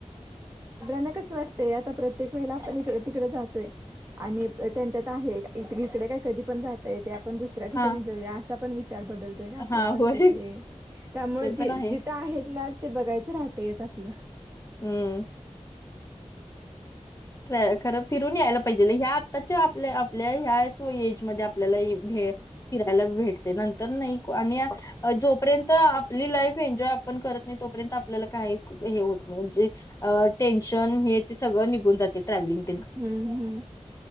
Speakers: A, on the right (about 25°); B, on the left (about 25°).
A: ना कसं वाटतय आता प्रत्येक वेळे आपण इकड तिकड जातोय. आणि त्यांच्यात आहे इकडे काय कधी पण जाता येतय आपण दूस - सऱ्या ठिकाणी
B: हा
A: जाऊया असा पण विचार बदलतोय ना आपला
B: हा
A: प्रत्येक
B: होय
A: वेळी त्यामुळे
B: ते पण आहे
A: जे ते आहेत ना ते बघायचं राहतयच आपलं.
B: हम्म ट्रा खरं फिरून यायला पाहिजेल ह्या आत्ताच्या आपल्या आपल्या ह्याच एज मध्ये आपल्याला भेळ- फिरायला भेटतय नंतर नाही क आणि जोपर्यंत आपली लाईफ एन्जॉय आपण करत नाही तोपर्यंत आपल्याला काहीच हे होत म्हणजे अ टेन्शन हे ते सगळं निघून जात. ते ट्रॅव्हलिंग
A: हम्म् हम